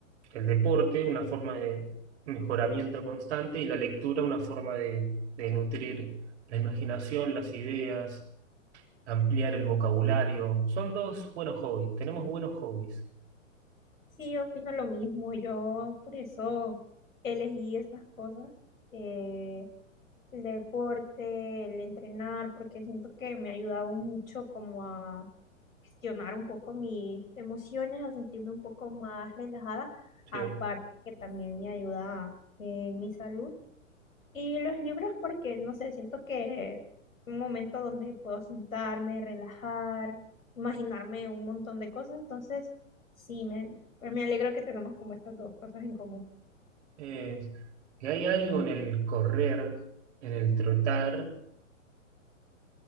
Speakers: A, on the right (about 55°); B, on the left (about 80°).
A: el deporte una forma de mejoramiento constante y la lectura una forma de, de nutrir la imaginación, las ideas, ampliar el vocabulario. Son dos buenos hobbies, tenemos buenos hobbies.
B: Sí, opino lo mismo. Yo por eso elegí estas cosas, eh, el deporte, el entrenar, porque siento que me ha ayudado mucho como a gestionar un poco mis emociones, a sentirme un poco más relajada, aparte
A: Sí.
B: que también me ayuda en mi salud. Y los libros porque, no sé, siento que un momento donde puedo sentarme, relajar, imaginarme un montón de cosas, entonces sí, me, me alegro que tenemos como estas dos cosas en común.
A: Es- y hay algo en el correr, en el trotar,